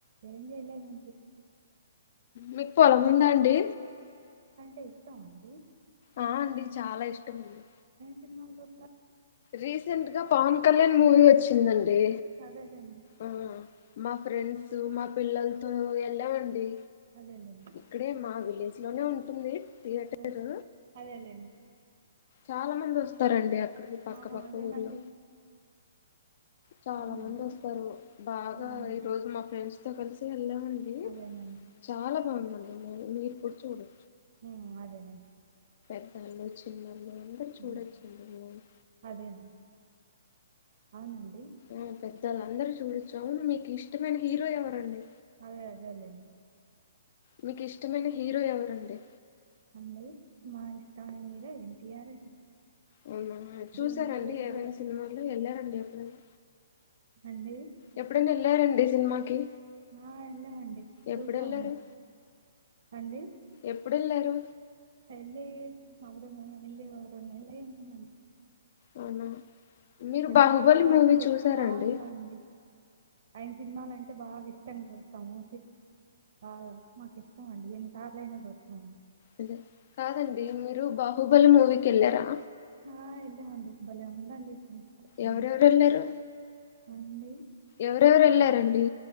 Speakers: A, on the right (about 60°); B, on the left (about 50°).
A: ఏం చేయలేదు
B: మీకు పొలం ఉందా అండి
A: తెలుసా అండి
B: ఆ అండి చాలా ఇష్టం అండి
A: <inaudible> చిన్నొల్లు
B: రీసెంట్ గా పవన్ కళ్యాణ్ మూవీ వచ్చిందండి
A: అదేలేండి
B: ఓ మా ఫ్రెండ్స్ మా పిల్లలతో వెళ్ళామండి
A: అదేలేండి
B: ఇక్కడే మా విలేజ్ లోనే ఉంటుంది థియేటర్
A: అదే అదేలేండి
B: చాలా మంది వస్తారండి అక్క పక్క
A: ఆ,
B: పక్క
A: అదేనండి
B: ఊర్లొ చాలా
A: అవునండి
B: మంది వస్తారు బాగా
A: ఉమ్,
B: ఈ రోజు మా ఫ్రెండ్స్ తో కలిసి వెళ్లామండి
A: అదేనండి
B: చాలా బాగుందండి మూవీ నువ్వు ఇప్పుడు చూడు
A: మ్మ్ అదేను
B: పెద్దొల్లు చిన్నల్లు అంతా చూడొచ్చు
A: ఉమ్,
B: మూవీ
A: అదేనండి అవునండి <inaudible>
B: ఆ పెద్దళ్ళు అందరు చూడొచ్చు అవును మీకు ఇష్టమైన హీరో ఎవరండి
A: అదే అదేలేే
B: మీకు ఇష్టమైన హీరో ఎవరండి
A: మా నా ఇష్టమైన హీరో ఎన్టీఆర్
B: అవునా చూసారండి
A: జూనియర్ ఎన్టీఆర్
B: ఏవైనా సినిమాలు వెళ్ళారండి ఎప్పుడైనా
A: అండి
B: ఎప్పుడైన వెళ్ళారండి సినిమాకి
A: ఆ, వెళ్ళామండి చూసామండి
B: ఎప్పుడెలారు
A: అండి
B: ఎప్పుడెళ్లారు
A: వెళ్ళ అప్పుడు <unintelligible> అంటున్నాండి
B: అవునా మీరు
A: ఎప్పుడు
B: బాహుబలి
A: ఏదో
B: మూవీ
A: ఒకటి పెట్టుకుంటా
B: చూసారండి
A: ఉంటామండి ఆయన సినిమాలంటే బాగా ఇష్టం చూస్తాము ఆ మాకు ఇష్టం అండి ఎన్నిసార్లు అయినా చూస్తాము
B: అదే కాదండి మీరు బాహుబలి మూవీకి వెళ్ళారా
A: ఆ వెళ్ళామండి బలే ఉందండి సి సినిమా
B: ఎవరెవరెలారు
A: అండి
B: ఎవరెవరెలారండి